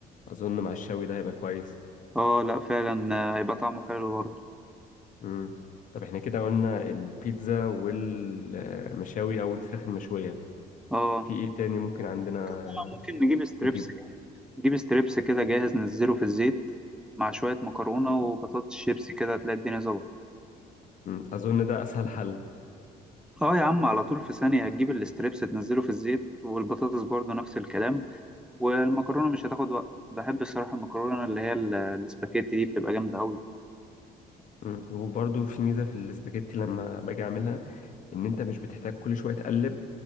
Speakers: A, on the left; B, in the centre.
A: أظن مع الشوي ده هيبقى كويس
B: اه لا فعلا آه، هيبقى طعمه حلو برضه
A: امم طب احنا كده قلنا البيتزا والمشاوي أو الفراخ المشوية
B: اه
A: في ايه تاني ممكن عندنا
B: ممكن بقى ممكن نجيب ستريبس
A: نجيبه
B: نجيب ستريبس كده جاهز ننزله في الزيت مع شوية مكرونة وبطاطس شيبسي كده هتلاقي الدنيا ظبطت
A: مم. أظن ده أسهل حل
B: اه يا عم على طول في ثانية هتجيب الستريبس تنزله في الزيت والبطاطس برضه نفس الكلام والمكرونة مش هتاخد وقت بحب الصراحة المكرونة اللي هي ال- الاسباجيتي دي بتبقى جامدة أوي
A: مم. وبرضه في ميزة في الاسباجيتي لما باجي أعملها ان انت مش بتحتاج كل شويه تقلب